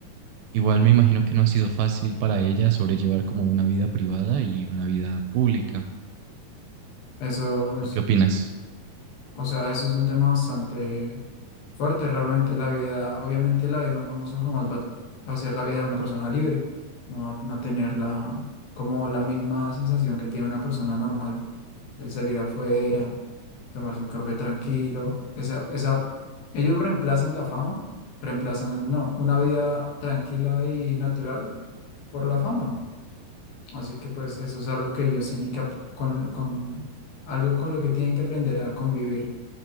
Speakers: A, on the right; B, on the left.
A: Igual me imagino que no ha sido fácil para ella sobrellevar como una vida privada y una vida pública.
B: Eso
A: ¿Tú
B: es,
A: qué opinas?
B: o sea, eso es un tema bastante fuerte realmente. La vida, obviamente la vida de un famoso jamás va, va a ser la vida de una persona libre. No va no va a tener la, como la misma sensación que tiene una persona normal. El salir afuera, tomarse un café tranquilo. Esa, esa, ellos reemplazan la fama, reemplazan, no, una vida tranquila y natural por la fama. Así que pues eso es algo que ellos tienen que, ap- con, con, algo con lo que tienen que aprender a convivir.